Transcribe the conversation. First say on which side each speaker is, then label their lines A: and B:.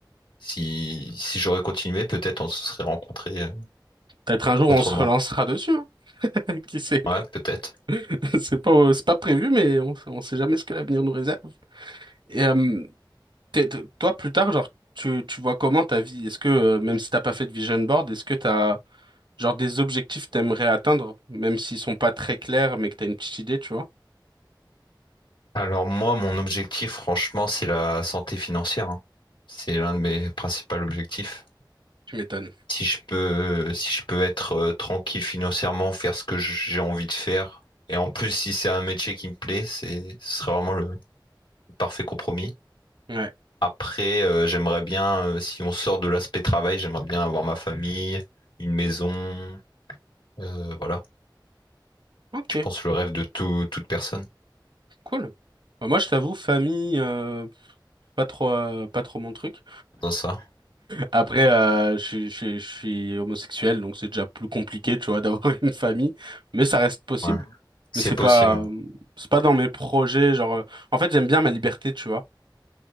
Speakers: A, on the left; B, on the right.
A: Si, si j'aurais continué, peut-être on se serait rencontrés euh,
B: Peut-être un jour,
A: autrement.
B: on se relancera dessus, hein. <laughs> Qui sait?
A: Ouais, peut-être.
B: <laughs> C'est pas, euh, c'est pas prévu, mais on, on sait jamais ce que l'avenir nous réserve. Et, euh, t'es- t- toi, plus tard, genre, tu, tu vois comment ta vie? Est-ce que, euh, même si t'as pas fait de vision board, est-ce que t'as, genre, des objectifs que t'aimerais atteindre, même s'ils sont pas très clairs, mais que t'as une petite idée, tu vois?
A: Alors moi, mon objectif, franchement, c'est la santé financière. hein. C'est l'un de mes principaux objectifs.
B: Tu m'étonnes.
A: Si je peux, si je peux être euh, tranquille financièrement, faire ce que j'ai envie de faire, et en plus, si c'est un métier qui me plaît, c'est, ce serait vraiment le le parfait compromis.
B: Ouais.
A: Après, euh, j'aimerais bien, euh, si on sort de l'aspect travail, j'aimerais bien avoir ma famille, une maison, euh, voilà.
B: Ok,
A: Je pense le rêve de tout- toute personne
B: cool. Bah, moi, je t'avoue, famille, euh, pas trop, euh, pas trop mon truc.
A: dans ça.
B: Après, euh, je, suis- je, suis je suis homosexuel, donc c'est déjà plus compliqué, tu vois, <laughs> d'avoir une famille, mais ça reste possible.
A: Ouais. C'est
B: Mais c'est
A: possible.
B: pas, euh, c'est pas dans mes projets, genre, euh, en fait, j'aime bien ma liberté, tu vois.